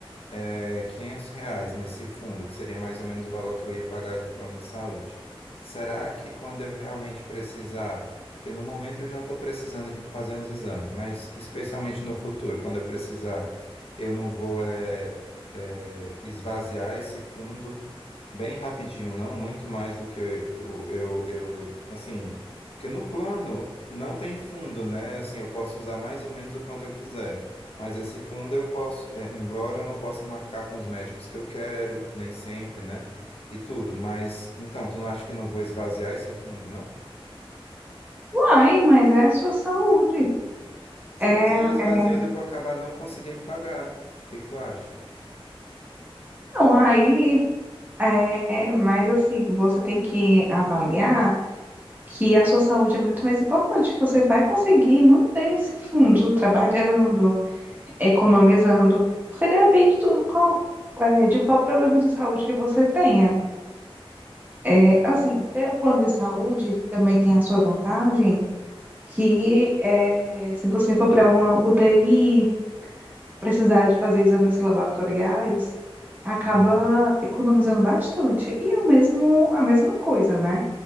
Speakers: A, on the left (about 80°); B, on the right (about 20°).
A: é, 500 reais nesse fundo, que seria mais ou menos o valor que eu ia pagar de plano de saúde. Será que quando eu realmente precisar, porque no momento eu já estou precisando aqui para fazer uns exames, mas especialmente no futuro, quando eu precisar, eu não vou é, é, esvaziar esse fundo bem rapidinho, não, muito mais do que eu, eu, eu eu- assim, porque no plano não tem fundo, né? Assim, eu posso usar mais ou menos o quanto eu quiser. Mas esse fundo eu posso, é, embora eu não possa marcar com os médicos que eu quero, nem sempre, né? E tudo, mas então, tu não acha que não vou esvaziar esse fundo, não?
B: Ai, mas é a sua saúde.
A: Sim,
B: É,
A: mas aí eu esvaziando
B: é-
A: eu vou acabar não conseguindo pagar. né? O que que tu acha?
B: não, aí é, é mais assim, você tem que avaliar que a sua saúde é muito mais importante. Você vai conseguir manter esse fundo trabalhando, economizando, porque depende do qual, é, de qual problema de saúde que você tenha. É, assim, ter um plano de saúde também tem a sua vantagem, que é, se você for para uma UTI precisar de fazer exames laboratoriais, acaba
A: Hum.
B: economizando bastante. E é o mesmo, a mesma coisa, né?